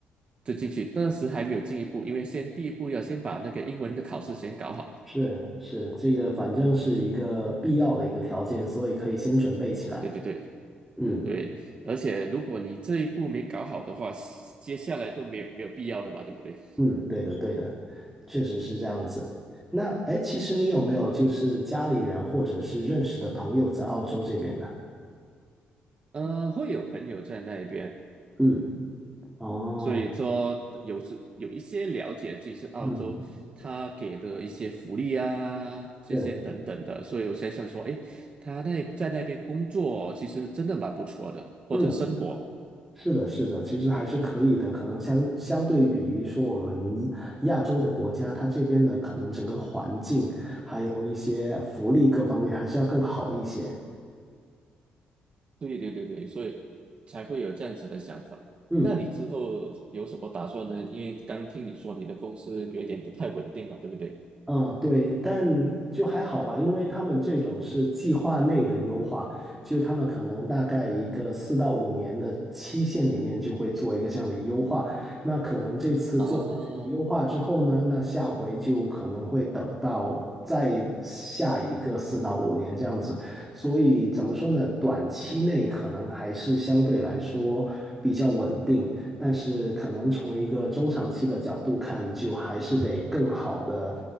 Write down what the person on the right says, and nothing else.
就进去，但是还没有进一步，因为先第一步要先把那个英文的考试先搞好。
对对对，
对，而且如果你这一步没搞好的话，接下来都没有没有必要了嘛，对不对？
呃，会有朋友在那边，
所以说有时有一些了解这次澳洲他给的一些福利啊，
这些等等的，
所以我才想说，诶，他那在那边工作其实真的蛮不错的，或者生活。
对对对对，所以才会有这样子的想法。
那你之后有什么打算呢？因为刚听你说你的公司有一点不太稳定嘛，对不对？
啊，